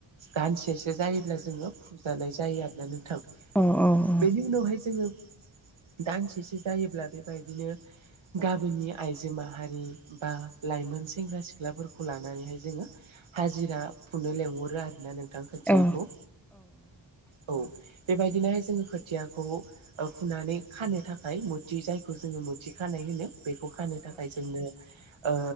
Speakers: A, on the right; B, in the centre.
A: दानसेसो जायोब्ला जोङो फुजानाय जायो आरोना नोंथां।
B: अ अ अ
A: बेनि उनावहाय जोङो दानसेसो जायोब्ला बेबायदिनो गाबोननिया आइजो माहारि बा लाइमोन सेंग्रा सिख्लाफोरखौ लानानैहाय जोङो हाजिरा फुनो लेंहरो आरो ना नोंथां खोथियाखौ
B: औ
A: औ बेबायदिनो हाय जोङो खोथियाखौ ओ फुनानै खानो थाखाय मुथि जायखौ जोङो मुथि खानाय होनो बेखौ खानो थाखाय जोंनो ओ